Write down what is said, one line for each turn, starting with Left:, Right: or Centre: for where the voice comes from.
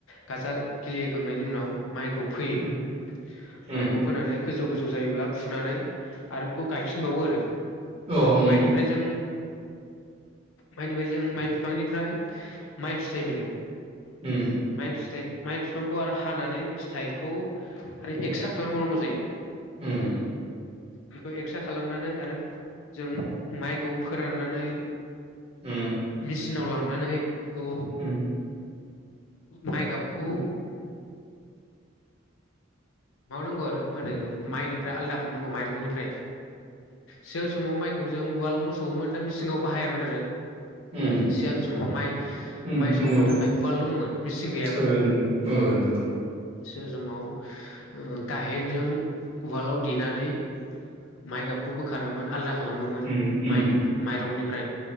Left: गाजाल खिलिहोखांनायनि उनाव माइखौ फोयो
Right: उम उम
Left: माइखौ फोनानै गोजौ गोजौ जायोब्ला फुनानै आरो बेखौ गायफिनबावो आरो
Right: अ उम
Left: माइनिफ्राय जों माइनिफ्राय जों माइ फिफांनिफ्राय माइ फिथाइ मोनो
Right: उम
Left: माइ फिथाइ माइ फिफांखौ आरो हानानै फिथाइखौ आरो एक्सट्रा खालामबावनांगौ जायो
Right: उम
Left: बेखौ एक्स्रा खालामनानै आरो जों माइखौ फोराननानै
Right: उम
Left: मेचिनाव लां नानै बेखौ
Right: <inaudible>
Left: माइगाबखौ माबानांगौ आरो मा होनो माइनिफ्राय आलदा खालामनांगौ माइरंनिफ्राय सिगां समाव माइखौ जों उवालावनो सौवोमोन दा मेसिङाव बाहायामोन आरो
Right: उम
Left: सिगां समाव माइ
Right: उम
Left: माइ सौनो
Right: नंगौ
Left: थाखाय उवाल दंमोन मेचिं गैयामोन
Right: ओ नंगौ ओ नंगौ
Left: जे समाव उम गाहेनजों उवालाव देनानै माइगाबखौ बोखारोमोन आलदा खालामोमोन
Right: उम उम
Left: माइनिफ्रा माइरंनिफ्राय